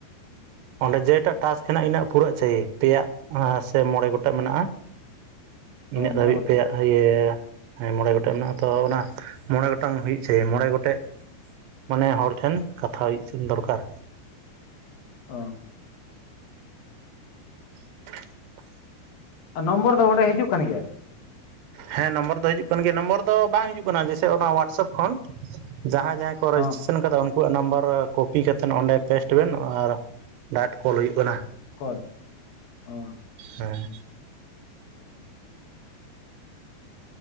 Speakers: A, on the right; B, on the left.
A: ᱚᱸᱰᱮ ᱡᱮᱴᱟᱜ ᱴᱟᱥᱠ ᱦᱮᱱᱟᱜ ᱤᱱᱟᱹᱜ ᱯᱩᱨᱟᱹᱜ ᱪᱟᱭᱮ ᱛᱮᱭᱟᱜ ᱟᱸ ᱥᱮ ᱢᱚᱬᱮ ᱜᱚᱴᱮᱡ ᱢᱮᱱᱟᱜᱼᱟ᱾
B: ᱦᱳᱭ
A: ᱤᱱᱟᱹᱜ ᱫᱷᱟᱹᱵᱤᱡ
B: ᱢᱚᱬᱮ ᱜᱚᱴᱮᱡ
A: ᱛᱮᱭᱟᱜ ᱤᱭᱟᱹ ᱦᱮᱸ ᱢᱚᱬᱮ ᱜᱚᱴᱮᱡ ᱢᱮᱱᱟᱜᱼᱟ ᱛᱚ ᱚᱱᱟ ᱢᱚᱬᱮ ᱜᱚᱴᱟᱝ ᱦᱩᱭᱩᱜ ᱪᱟᱭᱮᱢ ᱢᱚᱬᱮ ᱜᱚᱴᱮᱡ ᱢᱟᱱᱮ ᱦᱚᱲ ᱴᱷᱮᱱ ᱠᱟᱛᱷᱟ ᱦᱩᱭᱩᱜ ᱫᱚ ᱫᱨᱠᱟᱨ᱾
B: ᱚ᱾
A: <inaudible>
B: ᱟᱨ ᱱᱚᱢᱵᱚᱨ ᱫᱚ ᱚᱸᱰᱮ ᱦᱤᱡᱩᱜ ᱠᱟᱱ ᱜᱮᱭᱟᱭ᱾
A: ᱦᱮᱸ ᱱᱚᱢᱵᱚᱨ ᱫᱚ ᱦᱤᱡᱩᱜ ᱠᱟᱱ ᱜᱮᱭᱟ᱾ ᱱᱚᱢᱵᱚᱨ ᱫᱚ ᱵᱟᱝ ᱦᱤᱡᱩᱜ ᱠᱟᱱᱟ ᱡᱮᱭᱥᱮ ᱚᱱᱟ ᱦᱳᱣᱟᱴᱥᱮᱯ ᱠᱷᱚᱱ ᱡᱟᱦᱟᱸᱭ ᱡᱟᱦᱟᱸᱭ ᱠᱚ ᱨᱮᱡᱤᱥᱴᱨᱮᱥᱚᱱ
B: ᱦᱚᱸ
A: ᱠᱟᱫᱟ ᱩᱱᱠᱩᱣᱟᱜ ᱱᱟᱢᱵᱟᱨ ᱠᱚᱯᱤ ᱠᱟᱛᱮ ᱚᱸᱰᱮ ᱯᱮᱥᱴ ᱵᱮᱱ ᱟᱨ ᱰᱟᱴ ᱠᱚᱞ ᱦᱩᱭᱩᱜ ᱠᱟᱱᱟ᱾
B: ᱠᱚᱞ ᱚ
A: ᱦᱮᱸ᱾
B: <unintelligible>